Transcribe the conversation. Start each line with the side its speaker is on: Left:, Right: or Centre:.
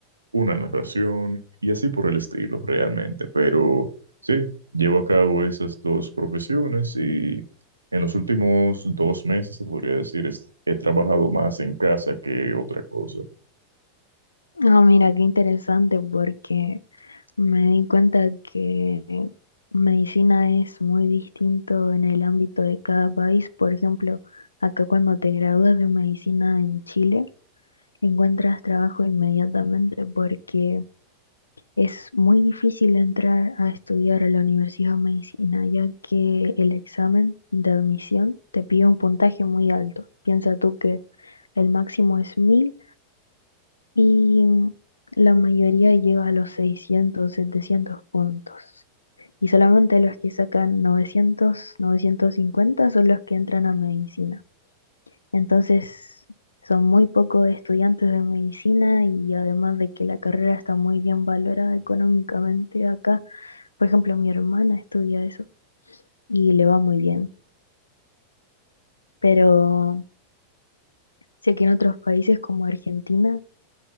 Right: una narración y así por el estilo realmente. Pero sí, llevo a cabo esas dos profesiones y en los últimos dos meses, se podría decir, es- he trabajado más en casa que otra cosa.
Left: Ah, mira, qué interesante porque me di cuenta que medicina es muy distinto en el ámbito de cada país. Por ejemplo, acá cuando te gradúas de medicina en Chile, encuentras trabajo inmediatamente porque es muy difícil entrar a estudiar a la Universidad de Medicina, ya que el examen de admisión te pide un puntaje muy alto. Piensa tú que el máximo es 1000 y la mayoría llega a los seiscientos setecientos puntos. Y solamente los que sacan novecientos novecientos cincuenta son los que entran a medicina. Entonces, son muy pocos estudiantes de medicina y además de que la carrera está muy bien valorada económicamente acá, por ejemplo, mi hermana estudia eso y le va muy bien, pero sé que en otros países como Argentina